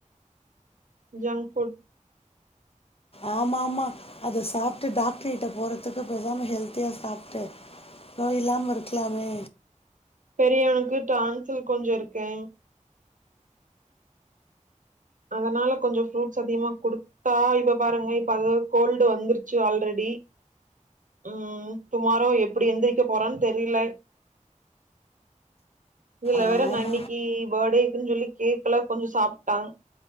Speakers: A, on the right; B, on the left.
A: ஜங் ஃபுட்
B: ஆமா ஆமா அது சாப்ட்டு டாக்டர் கிட்ட போறதுக்கு பேசாம ஹெல்த்தியா சாப்ட்டு நோய் இல்லாம இருக்கலாமே
A: பெரியவனுக்கு டான்சில் கொஞ்சோ இருக்கேங் அதனால கொஞ்சோ ஃப்ரூட்ஸ் அதிகமா குடுத்தா இப்ப பாருங்க இப்ப அது கோல்டு வந்துருச்சு ஆல்ரெடி ம் டுமாரோ எப்புடி எந்திரிக்க போறான் தெரியில இதுல
B: ஆமா
A: வேற நா இன்னிக்கி போட்டேக்குன் சொல்லி கேக் எல்லா கொஞ்சோ சாப்ட்டாங்